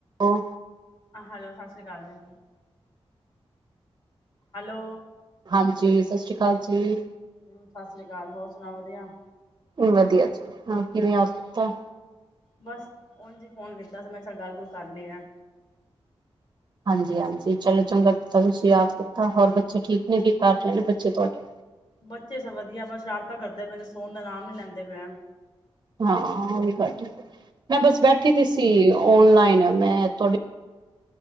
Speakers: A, on the right (about 40°); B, on the left (about 45°).
A: ਓਹ
B: ਆਹ ਹੈਲੋ ਸਤਿ ਸ੍ਰੀ ਅਕਾਲ ਜੀ। ਹੈਲੋ!
A: ਹਾਂਜੀ, ਸਤਿ ਸ੍ਰੀ ਅਕਾਲ ਜੀ।
B: ਹਮ, ਸਤਿ ਸ੍ਰੀ ਅਕਾਲ ਹੋਰ ਸੁਣਾ ਵਧੀਆ?
A: ਵਧੀਆ ਜੀ ਹਾਂ ਕਿਵੇਂ ਯ ਤਾਂ।
B: ਬਸ ਓੰਜੀ ਫੋਨ ਕੀਤਾ ਸੀ, ਮੈਂ ਚ ਗੱਲ, ਗੂਲ ਕਰ ਲਈ ਆ।
A: ਹਾਂਜੀ, ਹਾਂਜੀ ਚਲੋ ਚੰਗਾ ਕੀਤਾ, ਤੁਸੀਂ ਯਾਦ ਕੀਤਾ, ਹੋਰ ਬੱਚੇ ਠੀਕ ਨੇ ਕੀ ਕਰ ਰਹੇ ਨੇ ਬੱਚੇ ਤੁਹਾਡੇ?
B: ਬੱਚੇ ਸਭ ਵਧੀਆ ਬਸ ਸ਼ਰਾਰਤਾ ਕਰਦੇ। ਪੈਨ ਸੋਣ ਦਾ ਨਾਮ ਨੀ ਲੈਂਦੇ ਪਿਆ।
A: ਹਾਂ ਉਹ ਵੀ ਘੱਟ ਮੈਂ ਬਸ ਬੈਠੀ ਦੀ ਸੀ ਓਨਲਾਈਨ। ਮੈਂ ਥੋੜੀ